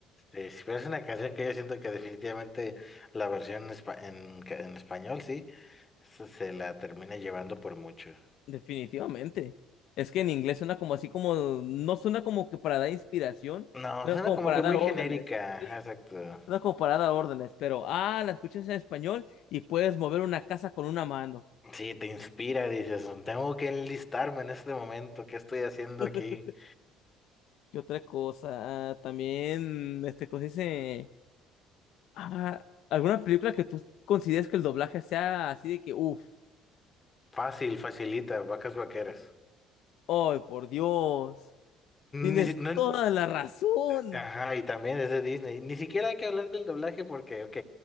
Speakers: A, on the left; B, on the left.
A: Sí, sí, pero es una canción que yo siento que definitivamente la versión en, espa- en ca- en español, sí, se se la termina llevando por mucho.
B: <laughs> Definitivamente. Es que en inglés suena como así como, no suena como que para dar inspiración,
A: No,
B: sino
A: suena
B: como
A: como
B: para
A: que
B: dar
A: muy
B: órdenes.
A: genérica,
B: Sí.
A: ajá, exacto.
B: Suena como para dar órdenes, pero ah, la escuchas en español y puedes mover una casa con una mano.
A: Sí, te inspira, dices, tengo que enlistarme en este momento, ¿qué estoy haciendo
B: <laughs>
A: aquí?
B: ¿Qué otra cosa? Ah, también, este, cosa dice. Ah, ¿alguna película que tú consideres que el doblaje sea así de que, uff,
A: Fácil, facilita, vacas vaqueras.
B: ay, por Dios, tienes
A: Ni si- no,
B: toda la razón?
A: Ajá, y también es de Disney. Ni siquiera hay que hablar del doblaje porque, ok,